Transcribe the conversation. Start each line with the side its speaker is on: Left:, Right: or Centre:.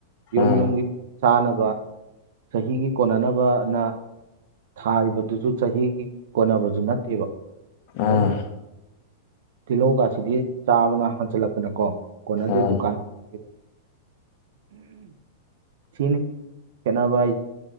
Right: ꯌꯨꯝꯝ
Left: ꯎꯝ
Right: ꯌꯨꯝꯒꯤ ꯆꯥꯅꯕ ꯆꯍꯤꯒꯤ ꯀꯣꯟꯅꯅꯕꯅ ꯊꯥꯔꯤꯕꯗꯨꯁꯨ ꯆꯍꯤꯒꯤ ꯀꯣꯟꯅꯕꯁꯨ ꯅꯠꯇꯦꯕ ꯑꯗꯨꯝ
Left: ꯑꯥ
Right: ꯇꯤꯜꯍꯧꯒꯁꯤꯗꯤ ꯆꯥꯝꯃꯅ ꯍꯟꯖꯤꯜꯂꯛꯄꯅꯀꯣ ꯀꯣꯟꯅꯗꯤ
Left: ꯎꯝ
Right: ꯗꯨꯀꯥꯟꯅꯤ ꯆꯅꯤ ꯈꯦꯠꯅꯕ ꯍꯥꯏꯁꯦ